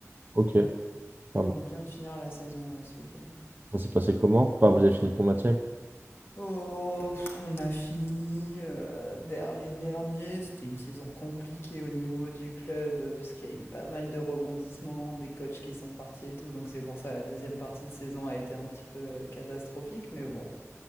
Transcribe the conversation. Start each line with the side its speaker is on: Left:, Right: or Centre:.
Right: Ok, pas
Left: et
Right: mal.
Left: on vient de finir la saison là ce week-end.
Right: Ça s'est passé comment? Enfin, vous avez fini combien?
Left: Oh, pff, on a fini euh, vers les derniers. C'était une saison compliquée au niveau du club euh, parce qu'il y a eu pas mal de rebondissements, des coachs qui sont partis et tout. Donc c'est pour ça la deuxième partie de saison a été un petit peu euh, catastrophique, mais bon,